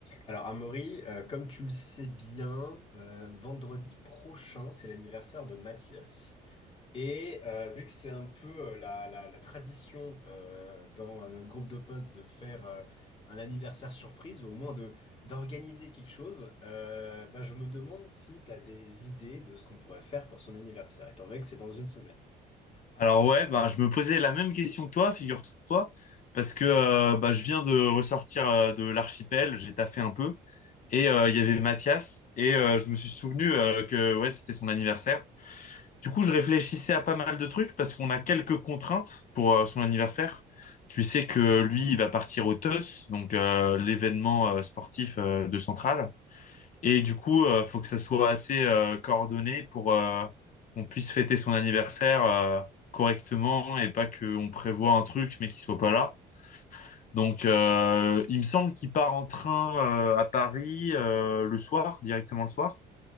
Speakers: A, on the left; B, on the left.
A: Alors, Amaury, euh, comme tu le sais bien, euh, vendredi prochain, c'est l'anniversaire de Mathias. Et euh, vu que c'est un peu euh, la, la- la tradition euh, dans notre groupe de potes de faire euh, un anniversaire surprise, ou au moins de d'organiser quelque chose, euh, bah, je me demande si tu as des idées de ce qu'on pourrait faire pour son anniversaire, étant donné que c'est dans une semaine.
B: Alors ouais, bah, je me posais la même question que toi, figure-toi, parce que euh, bah, je viens de ressortir euh, de l'archipel, j'ai taffé un peu, et euh, il y avait Mathias, et euh, je me suis souvenu euh, que ouais, c'était son anniversaire. Du coup, je réfléchissais à pas mal de trucs, parce qu'on a quelques contraintes pour euh, son anniversaire. Tu sais que lui, il va partir au TOS, donc euh, l'événement euh, sportif euh, de Centrale. Et du coup, euh, faut que ça soit assez euh, coordonné pour euh, qu'on puisse fêter son anniversaire euh, correctement et pas qu'on prévoit un truc mais qu'il soit pas là. Donc, euh, il me semble qu'il part en train euh, à Paris euh, le soir, directement le soir.